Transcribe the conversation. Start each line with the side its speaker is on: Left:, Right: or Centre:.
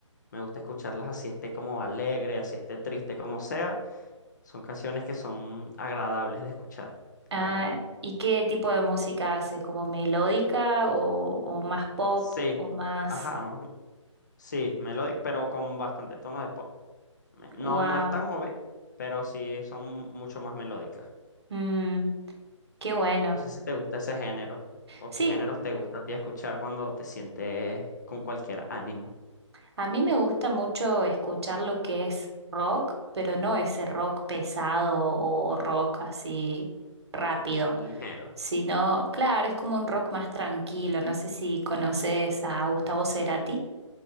Left: Me gusta escucharlas así esté como alegre, así esté triste, como sea. Son canciones que son agradables de escuchar,
Right: Ah,
Left: la verdad.
Right: ¿y qué tipo de música hace? ¿Como melódica o, o más pop
Left: Sí,
Right: o más...
Left: ajá, sí, melódico, pero con bastante tono de pop. Me- No,
Right: ¡Wow!
Left: no es tan movido, pero sí son mucho más melódicas.
Right: mm, qué bueno.
Left: No sé si te gusta ese género o
Right: Sí,
Left: qué géneros te gusta a ti escuchar cuando te sientes con cualquier ánimo.
Right: a mí me gusta mucho escuchar lo que es rock, pero no ese rock pesado o rock así rápido,
Left: Ligero.
Right: sino, claro, es como un rock más tranquilo. No sé si conoces a Gustavo Cerati.